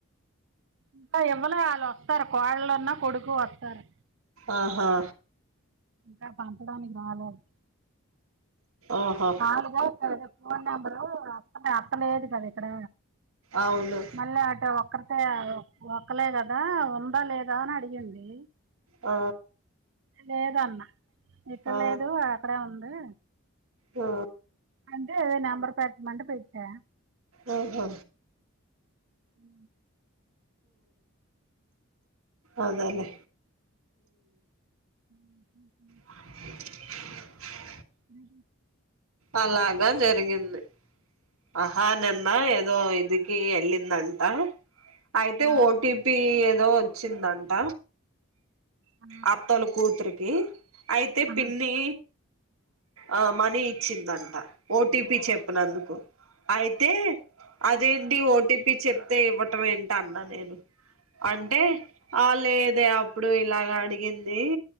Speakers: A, on the right (about 55°); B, on the right (about 85°).
A: ఇంకా ఇవ్వలే వాళ్ళు వస్తారు కోడలన్నా కొడుకు వస్తారు
B: ఆహా
A: ఇంకా పంచడానికి రాలేదు
B: ఆహా
A: నాలుగు ఫోన్ నంబరు అత్తలేదు కదా ఇక్కడ
B: అవును
A: మళ్ళీ అటు ఒక్కరికె ఒక్కలే కదా ఉందా లేదా అని అడిగింది
B: ఆ
A: లేదన్నా ఇక్కడ
B: ఆ
A: లేదు అక్కడే ఉమ్ <inaudible>
B: ఆ
A: అంటే నంబర్ పెట్టమంటె పెట్టా
B: ఓ హో
A: ఉ
B: అదే లేే
A: అ <inaudible>
B: <inaudible>
A: ఉ
B: అలాగా జరిగింది ఆహా నిన్న ఏదో ఇది ఎల్లిందంటా అయితే
A: ఆ,
B: ఓటిపి ఏదో వచ్చిందంట
A: ఆ,
B: అత్తలు కూతురు అ అయితే
A: ఆహా,
B: పిన్ని ఆ మనీ ఇచ్చిందంట ఓటిపీ చెప్పనందుకు అయితే అదేంటి ఓటీపీ చెప్తే ఇవ్వటం ఏంటి అన్నా నేను అంటే ఆ లేదే అప్పుడు ఇలాగా అడిగింది